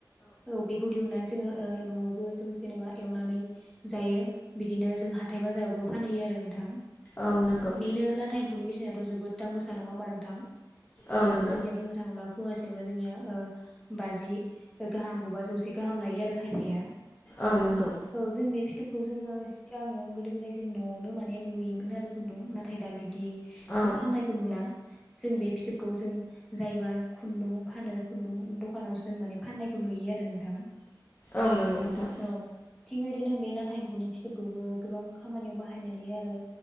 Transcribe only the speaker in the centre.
औ बेखौ दिहुन्नानै जोङो ओ न'आव बो जों जेन'बा एवनानै जायो। बिदिनो जों हाथाय बाजायावबो फानहैयो आरो नोंथां।
बेनो लाथा एम म्फौनि बेसेनाथ' जोबोद दाम गोसा नङा होनबा नोंथां?
बिदिनो
जोंनिया बुंनो थाङोब्ला फवासेयावनो जोंनिया ओ बाजि गाहाम बबेबा जौसे गाहाम लायो आरो खायफाया।
औ जों बे फिथोबखौ जोङो सिगाङो गोदो गोदाय जों न'आवनो माने लुयोमोन आरो खुन्दुं नाथाय दा बिब्दि थ'
खालामनायखौ नुला जों बे फिथोबखौ जों जायबा खुन्दुं फानो खुन्दुं दखानावसो जों माने फाननायखौ नुयो आरो नोंथां
औ थिग बे बिदिनो बे लाथा एम्फौनि फिथोबखौबो गोबां खामानियाव बाहायनाय नुयो आरो